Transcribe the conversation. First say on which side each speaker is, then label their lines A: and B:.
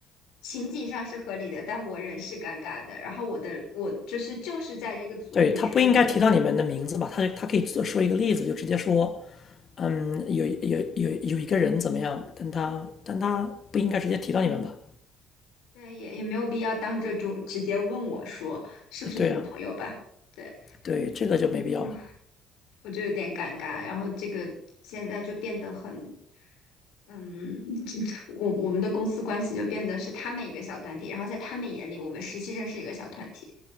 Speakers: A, on the left; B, on the left.
A: 情景上是合理的，但我人是尴尬的。然后我的我就是就是在这个组里面的人，
B: 对他不应该提到你们的名字吧？他他可以做说一个例子，就直接说，嗯，有有有有一个人怎么样？但他但他不应该直接提到你们吧？
A: 对，也也没有必要当着就直接问我说是不是你的朋友吧？
B: 对啊，
A: 对，
B: 对，这个就没必要了。
A: 嗯我就有点尴尬。然后这个现在就变得很嗯，<laughs> 这我我们的公司关系就变得是他们一个小团体，然后在他们眼里，我们实习生是一个小团体，